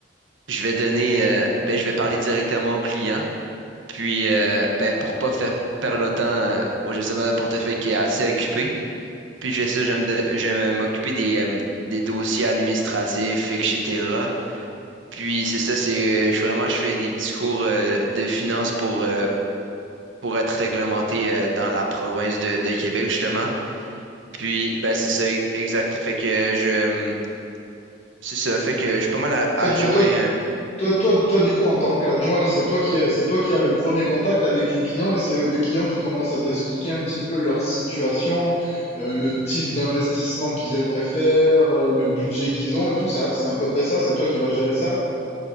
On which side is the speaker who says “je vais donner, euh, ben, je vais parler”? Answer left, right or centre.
Right